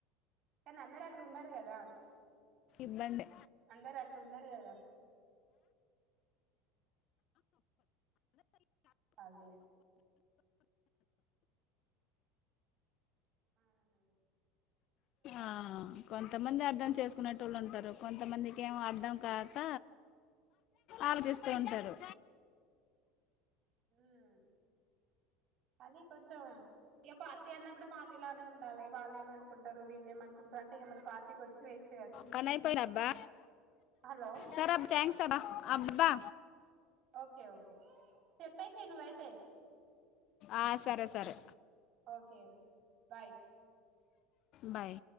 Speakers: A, on the right; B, on the left.
A: కానీ అందరు అట్లుండరు కదా
B: ఇబ్బంది
A: అందరు అట్ అట్ ఉండరు కాద అదే అహ
B: ఆహా కొంత్ కొంతమంది అర్థం చేసుకునేటోళ్ళు ఉంటారు కొంతమందికి ఏమో అర్థం కాక ఆలోచిస్తూ ఉంటారు
A: హ్మ్ అది కొంచెం ఇక పార్టీ అన్నప్పుడు పార్టీ లానే ఉండాలి వాళ్ళు ఏమనుకుంటారు వీళ్ళు ఏమనుకుంటారు అంటే ఇంగా మనం పార్టీకి వచ్చి వెస్ట్
B: కనయిపోయి రాబ్బా
A: హలో
B: సరే అబ్బ థ్యాంక్స్ అబ్బ అబ్బా
A: ఓకే ఓకే చెప్పేసే నువ్వైతే
B: ఆ సరే సరే
A: ఓకే బాయ్
B: బాయ్